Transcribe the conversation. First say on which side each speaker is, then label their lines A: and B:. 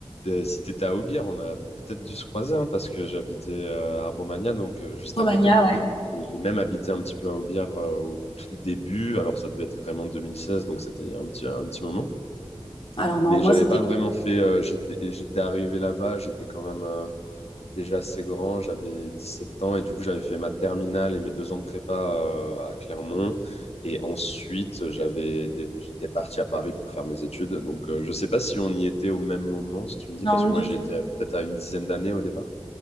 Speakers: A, on the left (about 80°); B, on the left (about 55°).
A: euh, si t'étais à Aubière, on a peut-être dû se croiser hein, parce que j'habitais euh, à Romagna, donc euh, juste
B: Romagna,
A: à côté.
B: ouais.
A: Et j'ai même habité un petit peu à Aubière euh, au tout début. Alors, ça devait être vraiment 2016, donc c'était il y a un petit, un petit moment.
B: Alors non,
A: Mais
B: moi,
A: j'avais
B: c'était...
A: pas vraiment fait. euh, j'étais, j'étais arrivé là-bas. J'étais quand même. euh, déjà assez grand, j'avais 17 ans et du coup j'avais fait ma terminale et mes deux ans de prépa euh, à Clermont. Et ensuite, j'avais des- j'étais parti à Paris pour faire mes études. Donc, euh, je ne sais pas si on y était au même moment, si tu me dis,
B: Non,
A: parce que
B: du
A: moi, j'étais
B: tout.
A: à- peut-être à une dizaine d'années au départ.